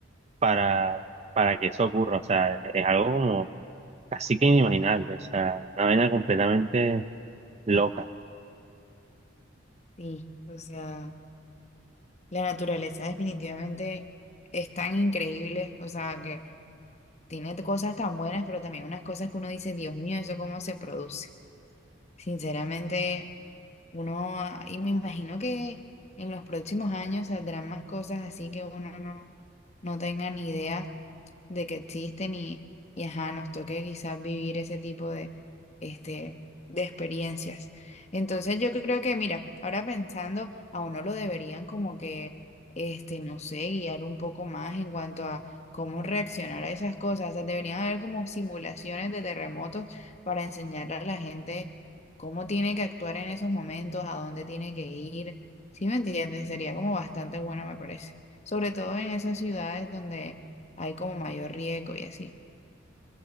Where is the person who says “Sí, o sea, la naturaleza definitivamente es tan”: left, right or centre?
Left